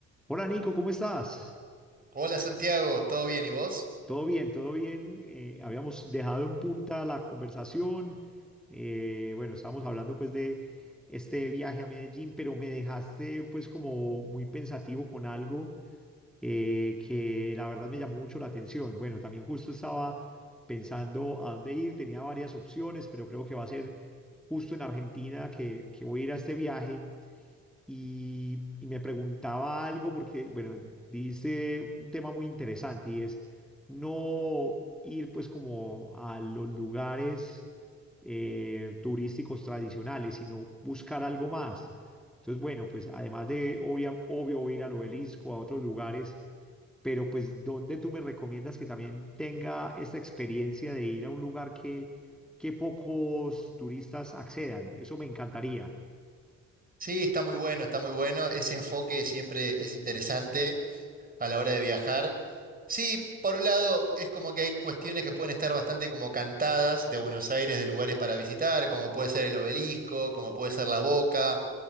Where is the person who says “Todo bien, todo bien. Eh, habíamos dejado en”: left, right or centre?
Centre